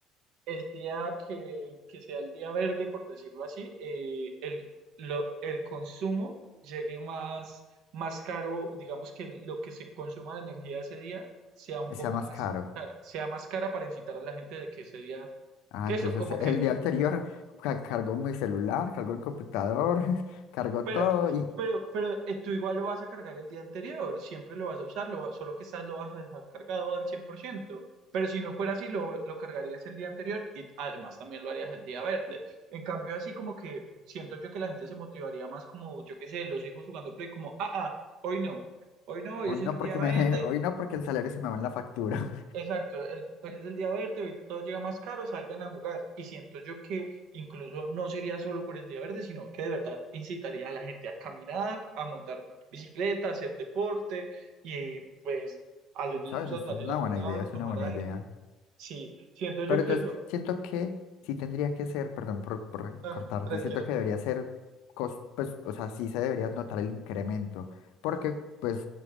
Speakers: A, on the right (about 60°); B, on the left (about 80°).
A: el día que, que sea el día verde, por decirlo así, eh, el, lo- el consumo llegue más, más caro, digamos que lo que se consuma de energía ese día sea un
B: Sea
A: poco
B: más
A: más
B: caro.
A: cara, sea más cara para incitar a la gente de que ese día,
B: Ah,
A: que
B: entonces
A: eso, como que
B: el día anterior ca- cargó mi celular, cargó el computador, <laughs> cargó
A: Pero,
B: todo y
A: pero, pero eh, tú igual lo vas a cargar el día anterior, siempre lo vas a usar, lo va- solo que estás lo vas a dejar cargado al 100%. Pero si no fuera así, lo, lo cargarías el día anterior y además también lo harías el día verde. En cambio, así como que siento yo que la gente se motivaría más como, yo qué sé, los hijos jugando play como, ah, ah, hoy no, hoy no, hoy
B: hoy
A: ese
B: no
A: es el
B: porque
A: día verde,
B: me, <laughs> hoy no porque el salario se me va en la factura.
A: Exacto, el, pues es el día verde, hoy todo llega más caro, salgan a jugar. Y siento yo que incluso no sería solo por el día verde, sino que de verdad incitaría a la gente a caminar, a montar bicicleta, a hacer deporte y pues a
B: <laughs>
A: los niños
B: ¿Sabes?
A: a
B: Eso
A: salir
B: es una
A: a jugar,
B: buena idea, es
A: tomar
B: una buena
A: aire.
B: idea.
A: Sí, siento yo
B: Pero
A: que
B: entonces,
A: lo...
B: siento que sí tendría que ser, perdón por, por
A: ah,
B: cortarte,
A: tranquilo.
B: siento que debería ser, cos- pues, o sea, sí se debería notar el incremento, porque pues